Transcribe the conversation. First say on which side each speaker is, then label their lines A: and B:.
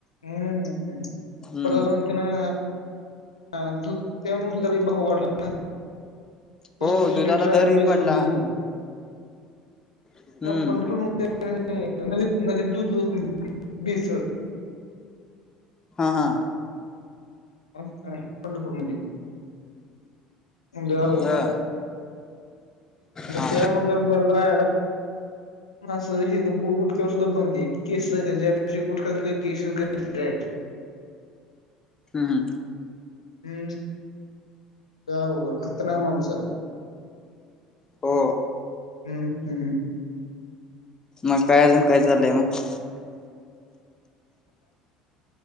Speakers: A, on the left; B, on the left.
A: हम्म
B: हम्म
A: प्रता तना हु त्यामुळे दुधाला भाव वाढला ना पस्तीस
B: हो दुधाला
A: लिटर आला
B: दरही
A: बी
B: पडला
A: शोधू
B: हम्म
A: पंढरपूर नदीत दूधून भेसळ
B: हा हा
A: हपर मती होला
B: बर हा
A: त्यामु जर बरत राहाला म हे गुटक्यावर सुद्धा बंद केसेस ज्या गुटख्या केसेस करतील डायरेक्ट
B: हम्म हम्म
A: हम् जाघड खतनाक माणूस आहे
B: हो
A: हम्म हम्म
B: मग काय अजून काय चाललंय मग